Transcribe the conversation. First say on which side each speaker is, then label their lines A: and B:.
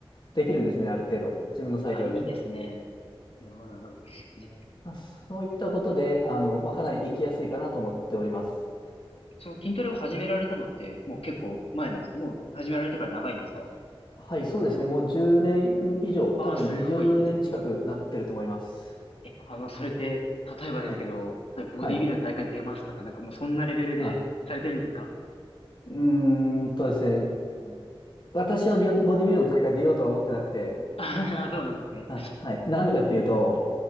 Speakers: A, on the left; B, on the left.
A: できるんですね、ある程度。自分の裁量で。
B: あ、いいですね。なるほどなるほど。じゃあ、
A: まあ、そういったことで、あの、まあ、かなり行きやすいかなと思っております。
B: うん。その筋トレを始められたのって、もう結構前なんですかもう始められてから長いんですか
A: はい、そうですね。もう10年以上、
B: ああ、
A: 多分20年近くなってると思います。
B: すごいですね。え、あの、それって、例えばですけど、
A: はい。
B: 例えばボディビルの大会に出ますとか、
A: はい。
B: なんかもうそんなレベルでされてるんですか
A: あ、うーんとですね。私はビオボディビルの大会出ようとは思ってなくて、
B: あ、<laughs> そうなんですね。
A: あ、はい。なんでかっていうと、